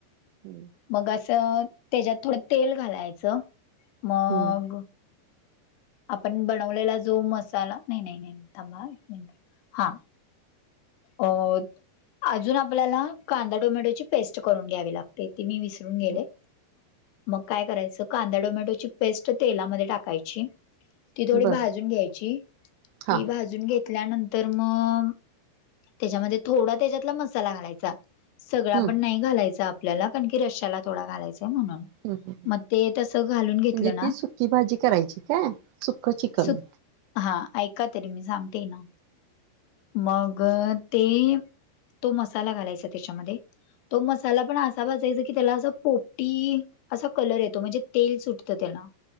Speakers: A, on the right; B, on the left.
A: हम्म
B: मग अस त्याज्यात थोडं तेल घालायचं, मग
A: हं..
B: गं.. आपण बनवलेला जो मसाला, नाही -नाही -नाही थांबा हं एक मिंट. हा.. अ अजून आपल्याला कांदा टोमॅटोची पेस्ट करून घ्यावी लागते, ती मी विसर रून गेले
A: हम्म
B: मग काय करायचं कांदा टोमॅटोची पेस्ट तेलामध्ये टाकायची. ती थोडी
A: बर
B: भाजून घ्यायची,
A: हा
B: ती भाजून घेतल्यानंतर मग त्याच्यामध्ये थोडा तेज्यातला मसाला घालायचा सगळा
A: हम्म
B: पण
A: हम्म
B: नाही. घालायचा आपल्याला कारण की रश्शाला थोडा घालायचाय म्हणून.
A: हु. हु..
B: मग ते तसं घालून घेतलं
A: म्हणजे
B: ना
A: ती सुक्की भाजी करायची काय सुक्कं चिकन.
B: सुक हा ऐका तरी मी सांगते ना, मग ते तो मसाला घालायचा त्याच्यामध्ये. तो मसाला पण असा भाजायचा की त्याला असं पोपटी अस कलर येतो म्हणजे तेल सुटतं त्याला.